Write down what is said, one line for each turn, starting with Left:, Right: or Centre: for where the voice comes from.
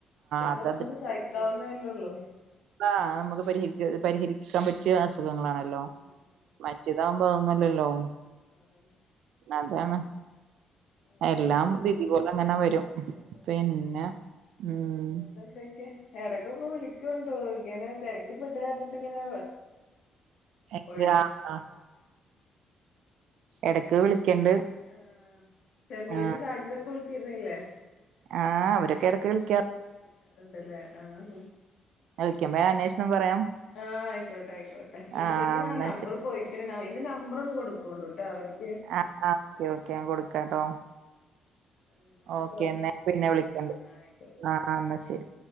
Left: ഇതൊക്കെ
Right: അത്
Left: നമുക്ക് സഹിക്കാവുന്നതല്ലേള്ളൂ
Right: ആഹ് നമുക്ക് പരിഹരിക്ക പരിഹരിക്കാൻ പറ്റിയ അസുഖങ്ങളാണല്ലോ
Left: ഉം ഉം ഉം
Right: മറ്റേതോ മാങ്ങല്ലല്ലോ
Left: അതന്നെ
Right: അതാണ്
Left: വേറെന്താ
Right: എല്ലാം വിധി പോലെ അങ്ങനെ വരും
Left: അതന്നെ വേറെന്തൊക്കെ
Right: പിന്നെ ഉം
Left: എടക്കൊക്കെ വിളിക്കുവോ എന്തോ ഇങ്ങനെ തിരക്കിപ്പെട്ട് പറഞ്ഞിട്ട് ഇങ്ങനെ
Right: <unintelligible>
Left: ഒഴു
Right: ഇടയ്ക്ക് വിളിക്കണ്ട്
Left: ആഹ് സമീര്
Right: ആ
Left: സാജിദൊക്കെ വിളിച്ചിരുന്നില്ലേ
Right: ആഹ് അവരൊക്കെ ഇടക്ക് വിളി
Left: ക്കാറുണ്ടല്ലേ ആഹ്
Right: വിളിക്കുമ്പോ അന്വേഷണം പറയാം
Left: ആഹ് ആയിക്കോട്ടെ ആയിക്കോട്ടെ എന്റെയീന്ന്
Right: ആ എന്നാ
Left: ആഹ് നമ്പർ
Right: ശ
Left: പോയി ഏന്റെ നമ്പറ് ഒന്ന് കൊടുക്കുകൊണ്ടൂട്ടോ അവർ
Right: ആഹ് ഓക്കെ ഓക്കെ ഞാൻ കൊടുക്കാട്ടോ
Left: ആഹ് എന്നാ ആയിക്കോട്ടെ
Right: ഓക്കെ എന്നാ പിന്നെ വിളിക്കാം
Left: ശരി ആയിക്കോട്ടെ
Right: ആഹ്
Left: ശരി
Right: ആഹ് എന്നാ ശെരി